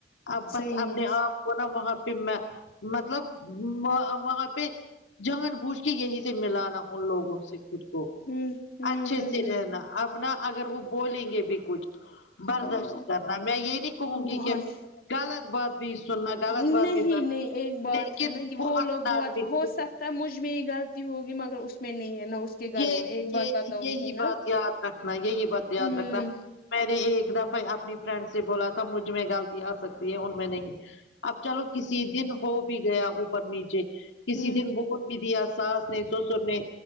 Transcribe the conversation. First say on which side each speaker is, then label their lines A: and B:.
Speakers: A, on the left; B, on the left.
A: اب بس
B: صحیح
A: اپنے
B: ہے
A: آپ کو نہ وہاں پہ میں مطلب واں وہاں پہ جان بوجھ کے یہی سے ملانا ان لوگوں سے خود کو
B: ہوں ہوں
A: اچھے
B: ہوں
A: سے
B: ہوں
A: رہنا اب نہ اگر وہ بولیں گے بھی کچھ برداشت
B: ہاں
A: کرنا میں یہ نہیں کہوں گی
B: بہت
A: کہ غلط بات بھی سننا غلط
B: نہیں
A: بات بھی کرنا،
B: نہیں ایک بات
A: لیکن
B: ہے نا کہ وہ لوگ
A: نارمک
B: بہت ہو سک تا مجھ میں یہ غلطی ہوگی مگر اس میں نہیں ہے نہ اس کے گھر
A: یہ
B: والے ایک بات
A: یہ
B: بتاؤں
A: یہی
B: گی
A: بات
B: نا
A: یاد رکھنا یہی بات یاد
B: ہوں
A: رکھنا میں نے ایک دفعہ اپنی فرینڈ سے بولا تھا مجھ میں غلطی آ سکتی ہے ان میں نہیں اب چلو کسی دن ہو بھی گیا اوپر نیچے کسی
B: ہوں
A: دن بول بھی دیا ساس نے سسر نے